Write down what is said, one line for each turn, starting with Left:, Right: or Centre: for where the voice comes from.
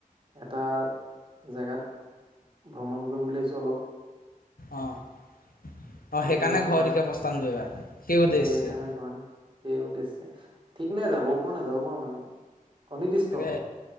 Right: এটা জেগাত ভ্ৰমণ কৰিম বুলি ভাবিছো অলপ
Left: অ অঁ
Right: সেইটো
Left: সেইকাৰণে
Right: এতিয়া
Left: ঘৰৰ দিশে প্ৰস্থান কৰিবা সেই উদ্দেশ্য
Right: সেইকাৰণে ঘৰত সেই উদ্দেশ্যে ঠিক নে যাব পোৱা নাযাব পোৱা মানে অনিৰ্দিষ্ট
Left: তাকে